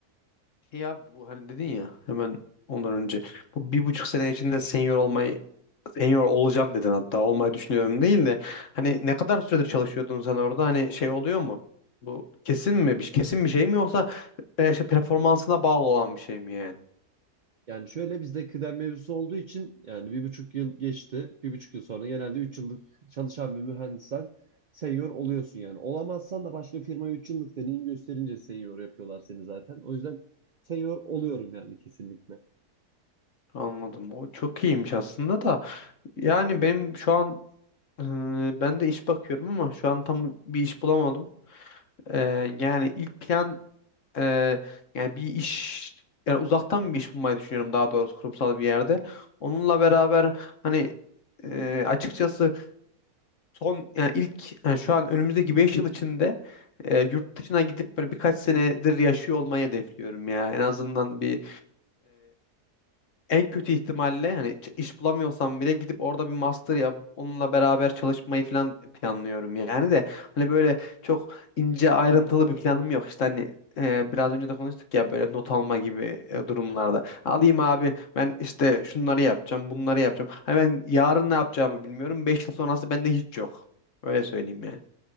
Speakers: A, on the left; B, on the right.
A: Şey abi bu hani dedin ya hemen ondan önce bu bir buçuk sene içinde senior olmayı senior olacağım dedin hatta olmayı düşünüyorum değil de hani ne kadar süredir çalışıyordun sen orada hani şey oluyor mu? Bu kesin mi bir kesin bir şey mi yoksa e, işte performansına bağlı olan bir şey mi yani?
B: Yani şöyle bizde kıdem mevzusu olduğu için yani bir buçuk yıl geçti. Bir buçuk yıl sonra genelde üç yıllık çalışan bir mühendissen senior oluyorsun yani. Olamazsan da başka firmaya üç yıllık deneyim gösterince senior yapıyorlar seni zaten. O yüzden senior oluyorum yani kesinlikle.
A: Anladım. O çok iyiymiş aslında da. Yani benim şu an e, ben de iş bakıyorum ama şu an tam bir iş bulamadım. E, yani ilk plan e, yani bir iş yani uzaktan bir iş bulmayı düşünüyorum daha doğrusu kurumsal bir yerde. Onunla beraber hani e, açıkçası son yani ilk yani şu an önümüzdeki 5 yıl içinde e, yurt dışına gidip böyle birkaç senedir yaşıyor olmayı hedefliyorum ya. En azından bir en kötü ihtimalle hani ç- iş bulamıyorsam bile gidip orada bir master yapıp onunla beraber çalışmayı falan planlıyorum yani de hani böyle çok ince ayrıntılı bir planım yok İşte hani e, biraz önce de konuştuk ya böyle not alma gibi e, durumlarda alayım abi ben işte şunları yapacağım bunları yapacağım hani ben yarın ne yapacağımı bilmiyorum 5 yıl sonrası bende hiç yok öyle söyleyeyim yani